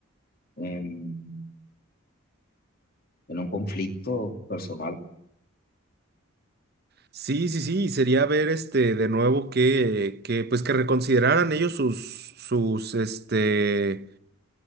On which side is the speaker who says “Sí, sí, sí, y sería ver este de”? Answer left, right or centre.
Right